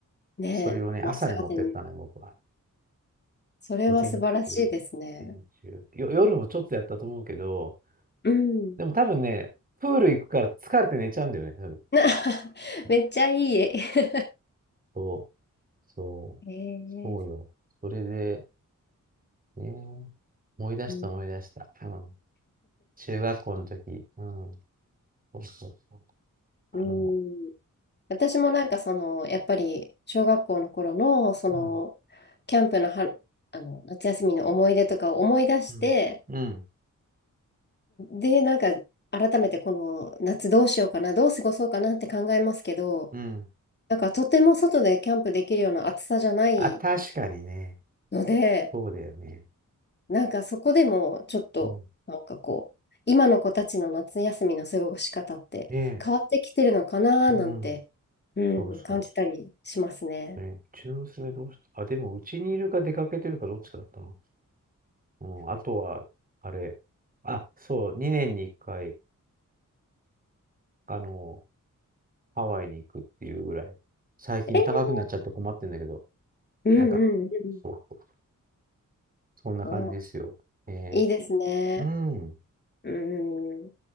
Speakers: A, on the left (about 35°); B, on the right (about 25°).
A: ねえ、
B: それをね、朝に持ってったのよ、
A: もう朝方に。
B: 僕は。
A: それは素晴らしいですね。
B: 午前中、午前中。よ、夜もちょっとやったと思うけど、
A: うん。
B: でも多分ね、プール行くから疲れて寝ちゃうんだよね、多分。
A: な <laughs>
B: そう、
A: めっちゃいい絵。
B: そう、そう、
A: <laughs> えー
B: そうよ。それで、ね、思い出した思い出した。
A: うん。
B: うん。中学校の時。うん。そうそうそう。あの、
A: うん私もなんかその、やっぱり小学校の頃の、その、
B: うん、
A: キャンプのは、あの、夏休みの思い出とかを思い出して、
B: うん、うん、
A: で、なんか改めてこの夏どうしようかな、どう過ごそうかなって考えますけど、
B: うん。
A: なんかとても外でキャンプできるような暑さじゃない
B: あ、確かにね、
A: ので、
B: そうだよね。
A: なんかそこでもちょっと、
B: うん。
A: なんかこう、今の子たちの夏休みの過ごし方って変わってきてるのかななんて、
B: ねえうん。
A: うん、
B: そうそうそ
A: 感じたりしますね。
B: うね。うちの娘どうしたあ、でもうちにいるか出かけてるかどっちだったのうん。あとは、あれ。あ、そう、2年に1回、あの、ハワイに行くっていうぐらい。最近高くなっちゃって困ってんだけど。
A: えうんうんうん。
B: なんか、そうそう。そんな感じですよ。
A: あ
B: え
A: いいですね。
B: ー、うん。
A: うん。